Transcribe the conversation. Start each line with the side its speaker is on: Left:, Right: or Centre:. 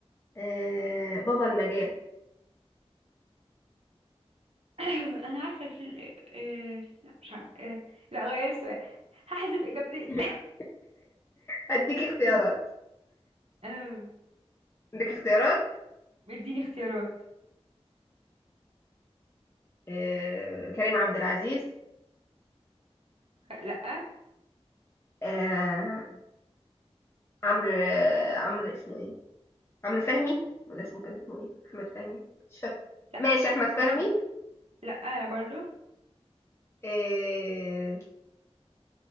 Left: آه بابا المجال
Right: <coughs> انا عارفه الفيلم آه... لا مش عارفه آه... لا غيري السؤال هحذف اجابتي
Left: <laughs> اديك اختيارات
Right: <coughs> آه،
Left: اديك اختيارات
Right: اديني اختيارات
Left: آه كريم عبد العزيز
Right: لا
Left: آه عمرو آه عمرو اسمه ايه عمرو فهمي ولا اسمه كان اسمه ايه احمد فهمي مش فاكر
Right: لا
Left: ماشي احمد فهمي
Right: بابا المج... لا انا برضو
Left: آه